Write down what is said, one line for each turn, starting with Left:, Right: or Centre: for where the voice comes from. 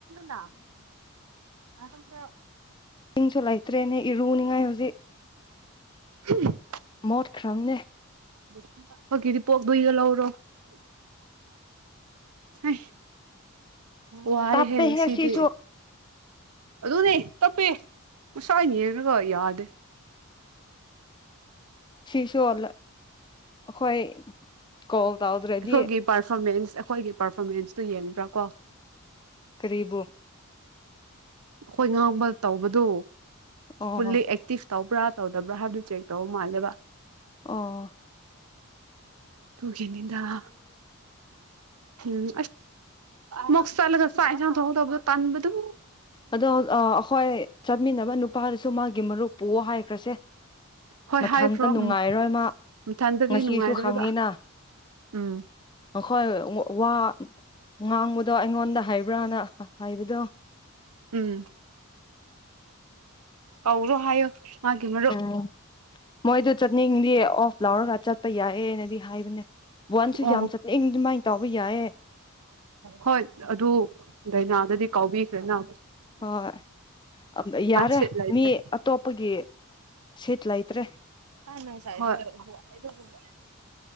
Right: ꯅꯗꯥ ꯑꯗꯝꯗ
Left: ꯏ ꯆꯣꯥꯏꯇꯦꯅꯦ ꯏ ꯔꯨꯅꯤꯉꯥꯏ ꯍꯧꯖꯤꯛ
Right: ꯍꯝ
Left: ꯃꯠ ꯈꯔꯝꯅꯦ <inaudible>
Right: ꯑꯩꯈꯣꯏꯒꯤꯗꯤ ꯄꯣꯛꯗꯒ ꯂꯧꯔꯣ ꯍ ꯋꯥꯏ
Left: ꯇꯥꯞꯄꯦꯍꯦ
Right: ꯍꯦꯟꯁꯤꯗꯤ
Left: ꯁꯤꯁꯨ
Right: ꯑꯗꯨꯅꯦ ꯇꯞꯄꯦ ꯎꯁꯥꯅꯦꯔꯒ ꯌꯥꯗꯦ
Left: ꯁꯤꯁꯨ ꯑꯩꯈꯣꯏ ꯀꯣꯜ ꯇꯧꯗ꯭ꯔꯗꯤ
Right: ꯑꯩꯈꯣꯏꯒꯤ ꯄꯔꯐꯣꯔꯃꯦꯟꯁ ꯑꯩꯈꯣꯏꯒꯤ ꯄꯥꯔꯐꯣꯔꯃꯦꯟꯁꯇꯨ ꯌꯦꯡꯕ꯭ꯔꯥ ꯀꯣ
Left: ꯀ꯭ꯔꯤꯕꯨ
Right: ꯑꯩꯈꯣꯏ ꯉꯥꯡꯕ ꯇꯧꯕꯗꯨ
Left: ꯑꯣ
Right: ꯐꯜꯂꯤ ꯑꯦꯛꯇꯤꯚ ꯇꯧꯕ꯭ꯔꯥ ꯇꯧꯗꯕ꯭ꯔꯥ ꯍꯥꯏꯕꯗꯨ ꯆꯦꯛ ꯇꯧꯕ ꯃꯥꯜꯂꯦꯕ
Left: ꯑ
Right: ꯇꯨꯒꯅꯤꯗ ꯎꯝ ꯃꯣꯁ ꯆꯦ ꯆ ꯆ ꯍꯥꯏꯥꯏꯥꯎ ꯊꯧ ꯊꯧꯕ ꯇꯥꯟꯕꯨꯗꯨ
Left: ꯑꯗꯣ ꯑ ꯍꯣꯏ ꯆ ꯆꯠꯃꯤꯟꯅꯕ ꯅꯨꯄꯥꯔꯁꯨ ꯃꯥꯒꯤ ꯃꯔꯨꯞ ꯄꯣꯛꯑꯣ ꯍꯥꯏꯈ꯭ꯔꯁꯦ
Right: ꯍꯣꯏ
Left: ꯃꯊꯟꯇ
Right: ꯍꯥꯏꯈ꯭ꯔꯣ
Left: ꯅꯨꯡꯉꯥꯏꯔꯣꯏ
Right: ꯎꯝ
Left: ꯃꯥ
Right: ꯃꯊꯟꯇꯗꯤ
Left: ꯉꯁꯤꯁꯨ
Right: ꯅꯨꯡꯉꯥꯏꯔꯣꯏꯕ
Left: ꯍꯪꯉꯤꯅ
Right: ꯎꯝ
Left: ꯑꯩꯈꯣꯏ ꯋꯥ ꯉꯥꯡꯕꯗꯣ ꯑꯩꯉꯣꯟꯗ ꯍꯥꯏꯕ꯭ꯔꯥꯅ ꯑ ꯏꯕꯗꯣ
Right: ꯎꯝ ꯀꯥꯎꯔꯣ ꯍꯥꯏꯌ ꯃꯥꯒꯤꯦ ꯃꯔꯔꯣ
Left: ꯎꯝ ꯃꯣꯏꯗꯣ ꯆꯠꯅꯤꯡꯗꯤ ꯑꯣꯐ ꯂꯥꯎꯔꯒ ꯆꯠ ꯌꯥꯏꯑꯦꯅꯗꯤ ꯍꯥꯏꯕꯅꯦ ꯋꯥꯟꯁꯨ
Right: ꯑꯣ
Left: ꯌꯥꯝ ꯆꯠꯅꯤꯡ ꯑꯗꯨꯃꯥꯏꯅ ꯇꯧꯕ ꯌꯥꯏꯌꯦ
Right: ꯍꯣꯏ ꯑꯗꯨ ꯂꯗꯥꯥꯏꯅꯥꯗꯗꯤ ꯀꯥꯎꯕꯤꯁꯦꯅ
Left: ꯍꯣꯏ ꯌꯥꯔꯦ
Right: ꯁꯤꯠ ꯂꯩꯇ꯭ꯔꯦ
Left: ꯃꯤ ꯑꯇꯣꯞꯄꯒꯤ ꯁꯤꯤꯠ ꯂꯥꯏꯇ꯭ꯔꯦ
Right: ꯑ